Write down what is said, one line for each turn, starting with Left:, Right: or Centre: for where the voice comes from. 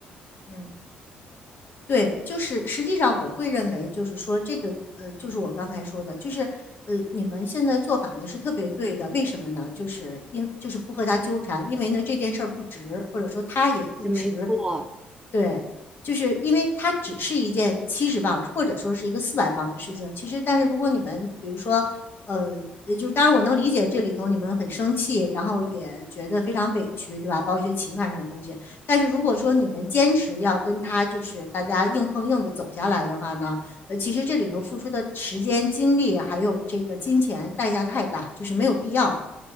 Left: 嗯，对，就是实际上我会认为就是说这个呃，就是我刚才说的，就是呃你们现在做法呢是特别对的，为什么呢？就是因就是不和他纠缠，因为呢这件事儿不值，或者说他也不值。
Right: 也没错。
Left: 对，就是因为它只是一件七十磅或者说是一个四百磅的事情。其实，但是如果你们比如说，呃，呃就当然我能理解这里头你们很生气，然后也觉得非常委屈，对吧？包括一些情感上的东西。但是如果说你们坚持要跟他就是大家硬碰硬的走下来的话呢，呃，其实这里头付出的时间、精力还有这个金钱代价太大，就是没有必要。